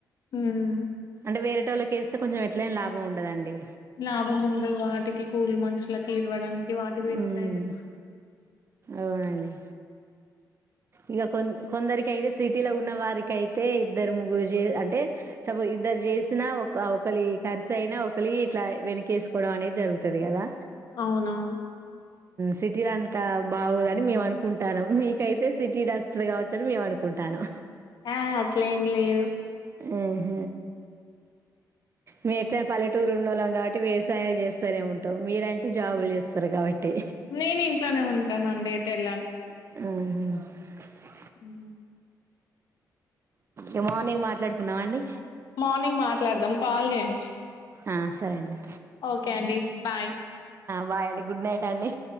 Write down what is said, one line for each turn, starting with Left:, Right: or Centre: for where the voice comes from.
Left: మ్మ్
Right: టే వేరేటోళ్లకు వేస్తే కొంచెం ఎట్లేనా లాభం ఉండదండి
Left: లాభం ఉండదు వాటికి కూలి మనుషులకి ఇవ్వడానికి వాటికి వీటి
Right: హ్మ్.
Left: కైతే
Right: అవునండి ఇక కొ కొందరికి అయితే సిటీలో ఉన్న వారికియితే ఇద్దరు ముగ్గురు చే అంటే సపో్ ఇద్దరు చేసినా ఒక ఒకళ ఖర్చ అయినా కొలి ఇట్లా వెనుక వేసుకోవడం అనేది జరుగుతుది కదా
Left: అవునవును.
Right: సిటీలా అంత బాగుదని మేము అనుకుంటాను మీకైతే సిటీ రస్తులు కావచ్చ అని మేము అనుకుంటాను
Left: ఆ అట్లేం లేదు
Right: ఆహ మీ ఎట్లా పల్లెటూరు ఉన్న వాళ్ళం కాబట్టి వ్యవసాయం చేస్తనే ఉంటావు మీరంటే జాబులు చేస్తారు కాబట్టి
Left: నేను ఇంట్లోనే ఉంటాన అండితే వెళ్ళాను
Right: ఆ
Left: ఉ
Right: ఇ మార్నింగ్ మాట్లాడుకున్నామ అండి
Left: మార్నింగ్ మాట్లాడదాం కాల్ చేయండి
Right: ఆ సరే అండి
Left: ఓకే అండి బాయ్
Right: బా్ అండి గుడ్ నైట్ అండి